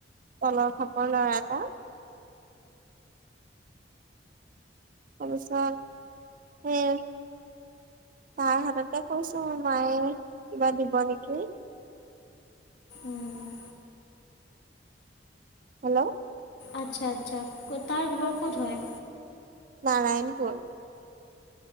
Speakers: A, on the right; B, on the left.
A: তলৰ ফাপৰ ল'ৰা এটা। তাৰপিছতে সেয়ে। তাই হাততে কৈছো মায়ে কিবা দিব নেকি?
B: অঁ
A: হেল্ল'।
B: আতচ্ছা, আতচ্ছা, ক'ত তাৰ ঘৰ ক'ত হয়?
A: নাৰায়ণপুৰ।